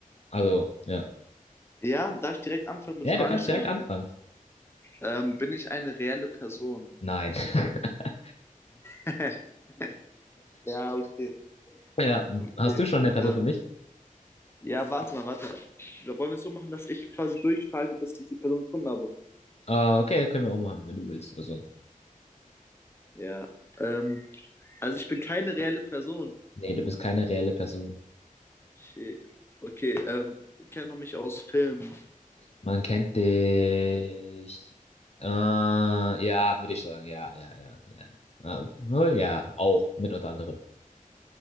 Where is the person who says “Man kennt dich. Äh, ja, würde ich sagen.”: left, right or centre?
Left